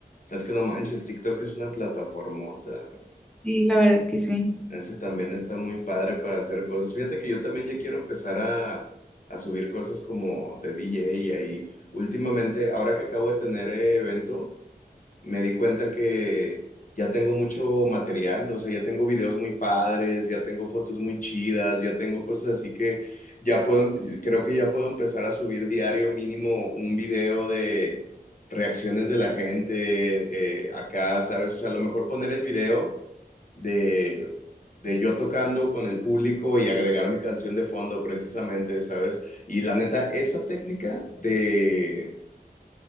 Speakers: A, on the left (about 55°); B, in the centre.
A: es que no manches, TikTok es una plataformota. güey.
B: sí, la verdad que sí.
A: Ese también está muy padre para hacer cosas. Fíjate que yo también ya quiero empezar a, a subir cosas como de DJ y ahí. Últimamente, ahora que acabo de tener eh, evento, me di cuenta que ya tengo mucho material, o sea, ya tengo videos muy padres, ya tengo fotos muy chidas, ya tengo cosas así que ya puedo, creo que ya puedo empezar a subir diario mínimo un video de reacciones de la gente eh, acá, ¿sabes? O sea, a lo mejor poner el video de, de yo tocando con el público y agregar mi canción de fondo precisamente, ¿sabes? Y la neta, esa técnica de